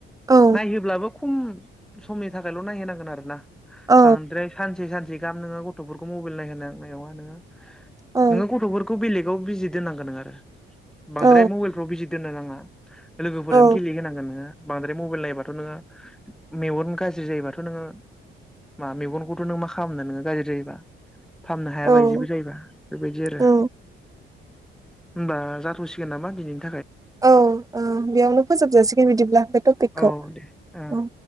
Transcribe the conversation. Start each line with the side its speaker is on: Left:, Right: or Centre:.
Right: औ
Centre: नायहोब्लाबो खम समनि थाखायल' नायहैनांगोन आरो ना
Right: औ
Centre: बांद्राय सानसे सानसे गाम नोङो गथ'फोरखौ मबाइल नायहोनाय नायावहा नोङो
Right: औ
Centre: नोङो गथ'फोरखौ बेलेग बेखौ बिजि दोननांगोन नों आरो बांद्राय
Right: औ
Centre: मबेलफ्राव बिजि दोननो नाङा लोगोफोरजों
Right: औ
Centre: गेलेहोनांगोन नोङो बांद्राय मबाइल नायोबाथ नोङो मेगन गाज्रि जायोबाथ नोङो मा मेगनखौथ नों मा खालामनो नोङो गाज्रि जायोबा फाहामनो हायाबादिबो
Right: औ
Centre: जायोबा बेबायदि आरो
Right: औ
Centre: बास जाथसिगोन नामा दिनैनि
Right: औ औ बेयावनो फोजोबजासिगोन बिदिब्ला बे टपिकखौ
Centre: औ दे ओं
Right: औ